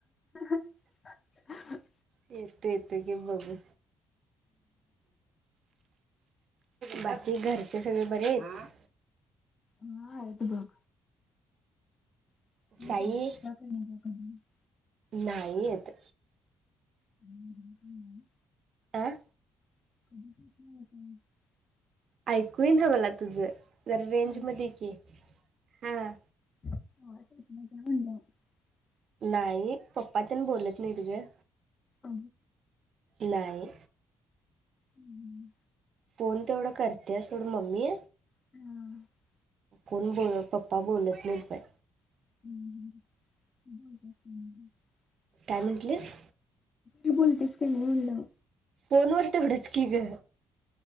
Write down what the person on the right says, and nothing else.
येतो येतो की बघु बाकी घरचे सगळे बरे आहेत.
साई नाहीयेत
आं
ऐकू येईना मला तुझं जरा रेंज
मदे ये की हा
नाही पप्पा त्यांनी बोलत नाही त गं
नाही.
फोन तेवढा करत्या सोड मम्मी
कोण बोलत पप्पा बोलत नाहीत बाय
काय म्हणटलीस?
फोन वर तेवढच की ग